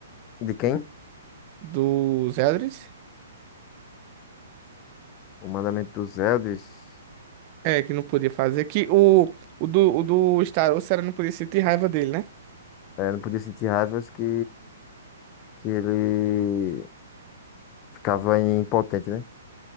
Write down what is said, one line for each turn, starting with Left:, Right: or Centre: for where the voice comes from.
Left: De quem?
Right: do Zeldris
Left: O mandamento dos Elders
Right: É, que não podia fazer. Que o, o do, o do Star Wars era não podia sentir raiva dele, né?
Left: é, não podia sentir raivas que, que ele ficava impotente, né?